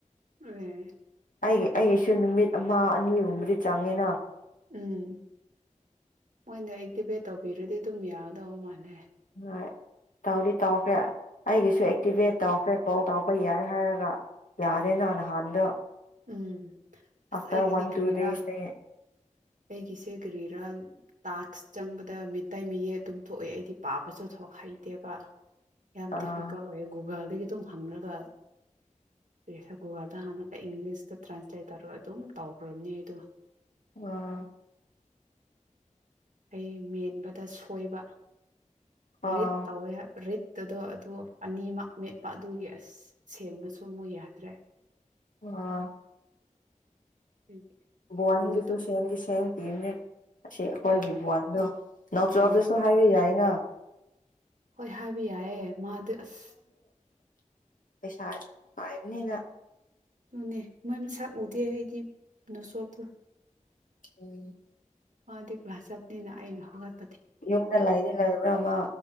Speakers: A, on the right (about 75°); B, on the left (about 85°).
A: ꯎꯝ
B: ꯑꯩꯒꯤ ꯑꯩꯁꯨ ꯅꯨꯃꯤꯠ ꯑꯃ ꯑꯅꯤꯒꯨꯝꯕꯗꯤ ꯆꯪꯉꯦꯅ
A: ꯎꯝ ꯃꯣꯏꯗ ꯑꯦꯛꯇꯤꯚꯦꯠ ꯇꯧꯕꯤꯔꯗꯤ ꯑꯗꯨꯝ ꯌꯥꯒꯗꯧꯕ ꯃꯥꯜꯂꯦ
B: ꯍꯣꯏ ꯇꯧꯗꯤ ꯇꯧꯈ꯭ꯔꯦ ꯑꯩꯒꯤꯁꯨ ꯑꯦꯛꯇꯤꯚꯦꯠ ꯇꯧꯈ꯭ꯔꯦ ꯀꯣꯜ ꯇꯧꯕ ꯌꯥꯏ ꯍꯥꯏꯔꯒ ꯌꯥꯗꯦꯅ ꯅꯍꯥꯟꯗꯣ
A: ꯎꯝ ꯑꯁ
B: ꯑꯐꯇꯔ
A: ꯑꯩꯒꯤꯗꯤ
B: ꯋꯥꯟ
A: ꯀꯔꯤꯔꯥ
B: ꯇꯨ ꯗꯦꯁꯅꯦ
A: ꯑꯩꯒꯤꯁꯦ ꯀꯔꯤꯔꯥ ꯇꯥꯛ꯭ꯁ ꯆꯪꯕꯗ ꯃꯤꯇꯩ ꯃꯤꯌꯦꯛ ꯑꯗꯨꯝ ꯊꯣꯛꯑꯦ ꯑꯩꯗꯤ ꯄꯥꯕꯁꯨꯊ ꯍꯩꯇꯦꯕ ꯌꯥꯝ
B: ꯑꯥ
A: ꯗꯤꯐꯤꯀꯜ ꯑꯣꯏꯌꯦ ꯒꯨꯒꯜꯗꯒꯤ ꯑꯗꯨꯝ ꯍꯪꯂꯉꯒ ꯄꯦꯁꯔ ꯒꯨꯒꯜꯗ ꯍꯥꯟꯅꯒꯜꯗ ꯏꯪꯂꯤꯁꯇ ꯇ꯭ꯔꯥꯟꯁꯂꯦꯠ ꯇꯧꯔꯒ ꯑꯗꯨꯝ ꯇꯧꯈ꯭ꯔꯕꯅꯤ ꯑꯗꯣ
B: ꯑꯥ
A: ꯑꯩ ꯃꯦꯟꯕꯗ ꯁꯣꯏꯕ
B: ꯑꯥ
A: ꯔꯤꯗ ꯇꯧꯋꯦ ꯔꯤꯠ ꯇꯗꯣ ꯑꯗꯨ ꯑꯅꯤꯃꯛ ꯃꯦꯠꯄ ꯑꯗꯨꯒꯤ ꯑꯁ ꯁꯦꯝꯕꯁꯨ ꯑꯃꯨꯛ ꯌꯥꯗ꯭ꯔꯦ
B: ꯑꯥ
A: ꯑꯗꯨꯒꯤ
B: ꯕ꯭ꯋꯥꯅꯤꯒꯤꯁꯨ
A: ꯑꯂꯨꯗꯤ ꯇꯨꯡ
B: ꯁꯦꯡꯒꯤ ꯁꯦꯡ <unintelligible> ꯅꯦ ꯑꯁꯤ ꯑꯩꯈꯣꯏꯒꯤ
A: ꯑꯦ
B: ꯕꯣꯟꯗꯣ ꯅꯥꯎꯆꯥꯞꯇꯁꯨ
A: ꯑꯥ
B: ꯍꯥꯏꯕ ꯌꯥꯏꯅ
A: ꯍꯣꯏ ꯍꯥꯏꯕ ꯌꯥꯌꯦ ꯃꯥꯗꯨ ꯑꯁ
B: ꯄꯩꯁꯥ ꯄꯥꯏꯕꯅꯤꯅ
A: ꯑꯗꯨꯅꯦ ꯃꯣꯏ ꯃꯁꯥ ꯎꯗꯦ ꯑꯩꯗꯤ ꯀꯩꯅꯣ ꯁꯣꯞꯇꯣ
B: ꯎꯝ
A: ꯃꯥꯗꯤ ꯀ꯭ꯂꯥꯁ ꯆꯠꯄꯅꯤꯅ ꯑꯩꯅ ꯍꯧꯒꯠ
B: ꯌꯨꯝꯗ ꯂꯩꯗꯤ ꯂꯩꯕ꯭ꯔ ꯃ